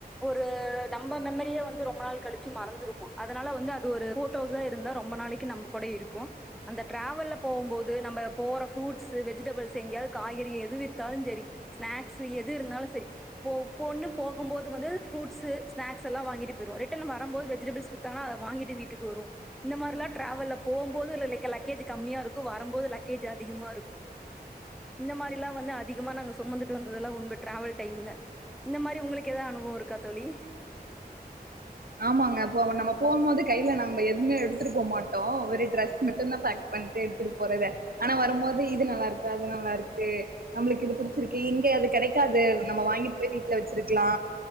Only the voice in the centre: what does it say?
ஒரு நம்ப மெமரியே வந்து ரொம்ப நாள் கழி ச்சி மறந்துருபோ அதனால வந்து அது ஒரு ஃபோட்டோஸ்சா இருந்தா ரொம்ப நாளைக்கு நம்ம கூட இருக்கு அந்த டிராவல்ல போம் போது நம்ம போற ஃப்ரூட்ஸ்சு வெஜிடபிள்ஸ்சு எங்கயாவது காய்கறி எது வித்தாலு செரி ஸ்நாக்ஸ்சு எது இருந்தாலு செரி போ போன்னு என்றால் நீ போகும் போது வந்து ஃரூட்ஸ்சு ஸ்நாக்ஸ் எல்லா வாங்கிட்டு போயிருவோ ரிட்டர்ன் வரம்போது வெஜிடபிள்ஸ் த்தானா அத வாங்கிட்டு வீட்டுக்கு வருவோ இந்த மாரிலா டிராவல்ல போம் போது இல்லலேக லக்கேஜு கம்மியா இருக்கு வரம்போது லக்கேஜ் அதிகமா இருக்கு இந்த மாரில்லா வந்து அதிகமா நாங்க சுமந்துட்டு வந்ததெல்லா <unintelligible> டிராவல் டைம்ல இந்த மாரி உங்களுக் ஏதா அனுபவோ இருக்கா தோழி